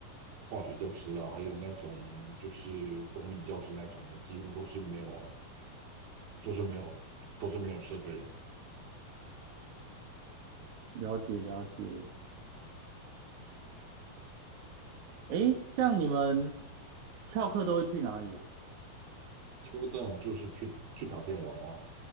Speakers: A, on the right (about 75°); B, on the right (about 55°).
A: 化学教师啊，还有那种就是公立教师那种的，几乎都是没有，都是没有，都是没有设备的，
B: 了解了解，诶，像你们翘课都会去哪里啊？
A: 差不这种，就是去去打电玩啊，